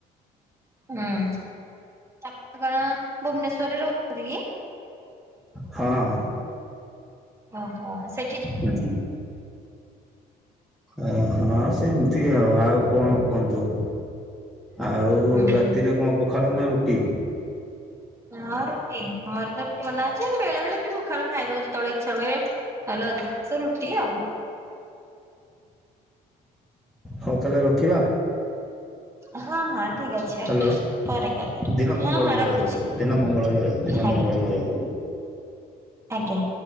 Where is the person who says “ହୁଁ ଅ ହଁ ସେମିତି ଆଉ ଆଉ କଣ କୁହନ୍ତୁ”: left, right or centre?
Centre